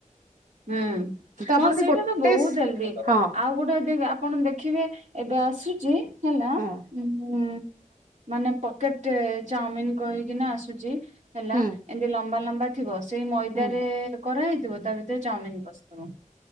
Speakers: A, on the right; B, on the right.
A: ହୁଁ
B: ତ ଆପଣ
A: ହଁ
B: ଯଦି
A: ସେଇଟା
B: ଗୋଟେ
A: ତ ବହୁତ ଜଲ୍ଦି
B: ହଁ
A: ଆଉ ଗୋଟେ ଆପଣ ଦେଖିବେ ଏ ଏବେ ଆସୁଛି ହେଲା,
B: ହଁ
A: ଉଁ ମାନେ ପକେଟ ଚାଉମିିନ କହିକିନା ଆସୁଛି ହେଲା
B: ହୁଁ
A: ଏମତି ଲମ୍ବା ଲମ୍ ବାିବସ ସେଇ ମଇଦାରେ
B: ହୁଁ
A: କରାହଇଥିବ ତା ଭିତରେ ଚାଉମିନ ବସ୍ୁ ହ